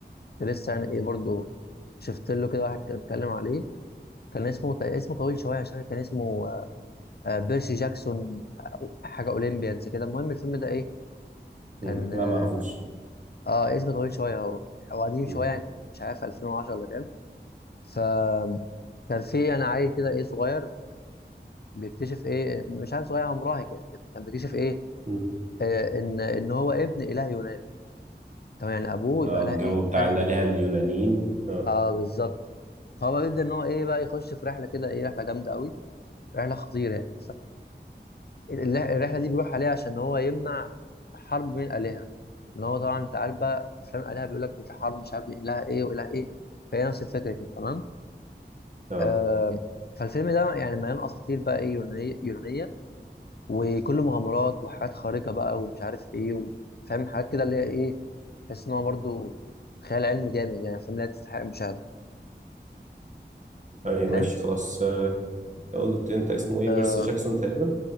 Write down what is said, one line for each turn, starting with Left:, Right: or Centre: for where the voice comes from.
Left: لسه يعني ايه برضو شفت له كده واحد كان اتكلم عليه كان اسمه تق- اسمه طويل شويه مش فاكر كان اسمه آه آه، بيرسي جاكسون حاجه اولمبيانز كده المهم الفيلم ده ايه
Right: مم.
Left: كان
Right: لا
Left: اه,
Right: ما اعرفوش
Left: آه اسمه طويل شويه هو او قديم
Right: مم.
Left: شويه يعني مش عارف 2010 ولا كام فكان في يعني عيل كده ايه صغير بيكتشف ايه مش عارف صغير هو مراهق يعني كده كان بيكتشف ايه
Right: مم.
Left: آه ان ان هو ابن اله يوناني تمام يعني ابوه
Right: اه
Left: يبقى اله
Right: الجو
Left: ايه
Right: بتاع
Left: اله يوناني
Right: الآلهة اليونانيين اه
Left: اه بالظبط فهو بيبدا ان هو ايه بقى يخش في رحله كده ايه رحله جامده قوي رحله خطيره يعني فالرحله دي بيروح عليها عشان هو يمنع حرب بين الالهه ان هو طبعا انت عارف بقى افلام الالهه بيقول لك ان في حرب مش عارف بين اله ايه واله ايه فهي نفس الفكره كده تمام
Right: اه
Left: آه فالفيلم ده يعني مليان اساطير بقى ايه يونانيه يونانيه وكله مغامرات وحاجات خارقة بقى ومش عارف ايه و- فاهم حاجات كده اللي هي ايه تحس ان هو برضه خيال علمي جامد يعني فاهم لا تستحق المشاهدة
Right: ايوه
Left: فاهم
Right: ماشي خلاص آه، قلت انت اسمه ايه
Left: آه
Right: بيرسي جاكسون تقريبا